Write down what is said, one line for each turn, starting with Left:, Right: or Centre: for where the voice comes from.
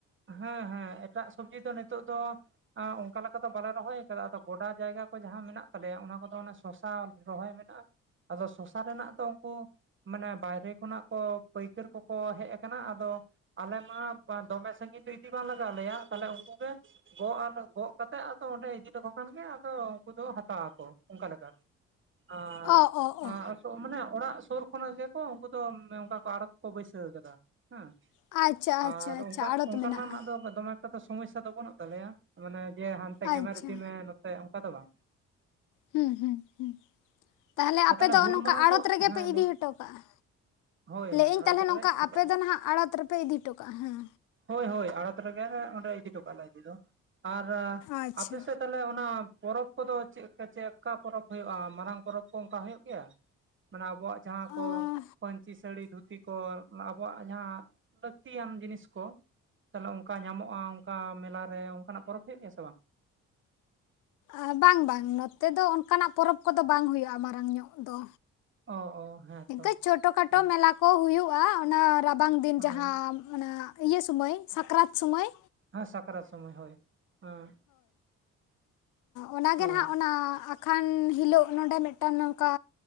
Right: ᱦᱮᱸ ᱦᱮᱸ ᱮᱴᱟᱜ ᱥᱚᱵᱽᱡᱤ ᱫᱚ ᱱᱤᱛᱚᱜ ᱫᱚ ᱮᱸ ᱚᱱᱠᱟ ᱞᱮᱠᱟ ᱫᱚ ᱵᱟᱞᱮ ᱨᱚᱦᱚᱭ ᱟᱠᱟᱫᱟ ᱟᱫᱚ ᱜᱚᱰᱟ ᱡᱟᱭᱜᱟ ᱠᱚ ᱡᱟᱦᱟᱸ ᱢᱮᱱᱟᱜ ᱛᱟᱞᱮᱭᱟ ᱚᱱᱟ ᱠᱚᱫᱚ ᱚᱱᱮ ᱥᱚᱥᱟ ᱨᱚᱦᱚᱭ ᱢᱮᱱᱟᱜ-ᱟ᱾ ᱟᱫᱚ ᱥᱚᱥᱟ ᱨᱮᱱᱟᱜ ᱫᱚ ᱩᱱᱠᱩ ᱢᱟᱱᱮ ᱵᱟᱭᱨᱮ ᱠᱷᱚᱱᱟᱜ ᱠᱚ ᱯᱟᱹᱭᱠᱟᱹᱨ ᱠᱚᱠᱚ ᱦᱮ ᱠᱟᱱᱟ ᱟᱫᱚ ᱟᱞᱮᱢᱟ ᱵᱟ ᱫᱚᱢᱮ ᱥᱟᱺᱜᱤᱧ ᱫᱚ ᱤᱫᱤ ᱵᱟᱝ ᱞᱟᱜᱟᱣ ᱞᱮᱭᱟ ᱛᱟᱦᱚᱞᱮ ᱩᱱᱠᱩ ᱜᱮ ᱜᱚᱜ ᱟᱱᱮ ᱜᱚᱜ ᱠᱟᱛᱮᱜ ᱟᱫᱚ ᱚᱸᱰᱮ ᱤᱫᱤ ᱞᱮᱠᱚ ᱠᱷᱟᱱ ᱜᱮ ᱟᱫᱚ ᱩᱱᱠᱩ ᱫᱚ ᱦᱟᱛᱟᱣᱟ ᱟᱠᱚ ᱚᱱᱠᱟᱮ ᱞᱮᱠᱟ᱾ ᱟᱨ
Left: ᱚ ᱚ
Right: <unintelligible>
Left: ᱚ
Right: ᱛᱚ ᱢᱟᱱᱮ ᱚᱲᱟᱜ ᱥᱩᱨ ᱠᱷᱚᱱᱟᱜ ᱜᱮᱠᱚ ᱩᱱᱠᱩ ᱫᱚ ᱚᱱᱠᱟ ᱠᱚ ᱟᱲᱚᱛ ᱠᱚ ᱵᱟᱹᱭᱥᱟᱹᱣ ᱟᱠᱟᱫᱟ ᱦᱮᱸ᱾
Left: ᱟᱪᱪᱷᱟ ᱟᱪᱪᱷᱟ
Right: ᱟᱨ
Left: ᱟᱪᱪᱷᱟ
Right: ᱚᱱᱠᱟ
Left: ᱟᱲᱚᱛ
Right: ᱚᱱᱠᱟᱱᱟᱜ
Left: ᱢᱮᱱᱟᱜᱼᱟ
Right: ᱢᱟᱜ ᱫᱚ ᱫᱚᱢᱮ ᱚᱱᱠᱟ ᱫᱚ ᱥᱚᱢᱚᱥᱭᱟ ᱫᱚ ᱵᱟᱹᱱᱩᱜ ᱛᱟᱞᱮᱭᱟ, ᱢᱟᱱᱮ ᱡᱮ ᱦᱟᱱᱛᱮ ᱜᱮᱢᱮᱨ
Left: ᱟᱪᱪᱷᱟ
Right: ᱤᱫᱤ ᱢᱮ ᱱᱚᱛᱮ ᱚᱱᱠᱟ ᱫᱚ ᱵᱟᱝ᱾
Left: ᱦᱩᱸ ᱦᱩᱸ ᱦᱩᱸ ᱛᱟᱦᱚᱞᱮ
Right: ᱟᱨ
Left: ᱟᱯᱮ ᱫᱚ
Right: ᱦᱩᱞ
Left: ᱚᱱᱚᱠᱟ
Right: ᱢᱟᱦᱟ
Left: ᱟᱲᱚᱛ
Right: ᱠᱚ
Left: ᱨᱮᱜᱮ
Right: ᱦᱮᱸ
Left: ᱯᱮ ᱤᱫᱤ
Right: ᱞᱟᱹᱭ
Left: ᱦᱚᱴᱚ ᱠᱟᱜ-ᱟ᱾
Right: ᱦᱳᱭ
Left: ᱞᱟᱹᱭᱮᱜ
Right: ᱦᱳᱭ
Left: ᱟᱹᱧ
Right: ᱟᱲᱚᱛ
Left: ᱛᱟᱦᱚᱞᱮ ᱱᱚᱝᱠᱟ
Right: ᱨᱮᱞᱮ ᱤᱫᱤ ᱦᱚᱴᱚ
Left: ᱟᱯᱮ
Right: ᱠᱟᱜᱼᱟ
Left: ᱫᱚ ᱱᱟᱦᱟᱸᱜ ᱟᱲᱚᱛ ᱨᱮᱯᱮ ᱤᱫᱤ ᱴᱚ ᱠᱟᱜ-ᱟ ᱦᱟᱸ᱾
Right: ᱦᱳᱭ ᱦᱳᱭ ᱟᱲᱚᱛ ᱨᱮᱜᱮᱞᱮ ᱚᱸᱰᱮ ᱤᱫᱤ ᱦᱚᱴᱚ ᱠᱟᱜ ᱞᱮ ᱤᱫᱤ ᱫᱚ ᱟᱨ
Left: ᱟᱪᱪᱷᱟ
Right: ᱟᱯᱮᱥᱮᱫ ᱛᱟᱦᱚᱞᱮ ᱚᱱᱟ ᱯᱚᱨᱚᱵᱽ ᱠᱚᱫᱚ ᱪᱮᱜᱠᱟ ᱪᱮᱜᱠᱟ ᱯᱚᱨᱚᱵᱽ ᱦᱩᱭᱩᱜ-ᱟ, ᱢᱟᱨᱟᱝ ᱯᱚᱨᱚᱵᱽ ᱠᱚ ᱚᱱᱠᱟ ᱦᱩᱭᱩᱜ ᱜᱮᱭᱟ? ᱢᱟᱱᱮ ᱟᱵᱚᱣᱟᱜ ᱡᱟᱦᱟᱸ ᱠᱚ
Left: ᱚᱸ
Right: ᱯᱟᱹᱧᱪᱤ ᱥᱟᱹᱲᱤ, ᱫᱷᱩᱛᱤ ᱠᱚ ᱚᱱᱟ ᱟᱵᱚᱣᱟᱜ ᱡᱟᱦᱟᱸ ᱞᱟᱹᱠᱛᱤᱭᱟᱱ ᱡᱤᱱᱤᱥ ᱠᱚ᱾ ᱛᱟᱦᱚᱞᱮ ᱚᱱᱠᱟ ᱧᱟᱢᱚᱜ-ᱟ ᱚᱱᱠᱟ ᱢᱮᱞᱟᱨᱮ ᱚᱱᱠᱟᱱᱟᱜ ᱯᱚᱨᱚᱵᱽ ᱦᱩᱭᱩᱜ ᱜᱮᱭᱟ ᱥᱮ ᱵᱟᱝ?
Left: ᱟᱸ ᱵᱟᱝ ᱵᱟᱝ ᱱᱚᱛᱮ ᱫᱚ ᱚᱱᱠᱟᱱᱟᱜ ᱯᱚᱨᱚᱵᱽ ᱠᱚᱫᱚ ᱵᱟᱝ ᱦᱩᱭᱩᱜ-ᱟ ᱢᱟᱨᱟᱝ ᱧᱚᱜ ᱫᱚ᱾
Right: ᱚ ᱚ᱾ ᱦᱮᱸ
Left: ᱱᱤᱝᱠᱟᱹ
Right: ᱛᱚ
Left: ᱪᱷᱳᱴᱳ ᱠᱷᱟᱴᱳ
Right: ᱚ
Left: ᱢᱮᱞᱟ ᱠᱚ ᱦᱩᱭᱩᱜ-ᱟ ᱚᱱᱟ ᱨᱟᱵᱟᱝ ᱫᱤᱱ
Right: ᱦᱮᱸ
Left: ᱡᱟᱦᱟᱸ ᱚᱱᱟ ᱤᱭᱟᱹ ᱥᱚᱢᱚᱭ ᱥᱟᱠᱨᱟᱛ ᱥᱚᱢᱚᱭ᱾
Right: ᱦᱮᱸ ᱥᱟᱠᱨᱟᱛ ᱥᱚᱢᱚᱭ ᱦᱳᱭ ᱦᱮᱸ᱾
Left: ᱚᱱᱟᱜᱮᱱ
Right: ᱚ
Left: ᱦᱟᱸᱜ ᱚᱱᱟ ᱟᱠᱷᱟᱱ ᱦᱤᱞᱳᱜ ᱱᱚᱸᱰᱮ ᱢᱤᱫᱴᱟᱱ ᱱᱚᱝᱠᱟ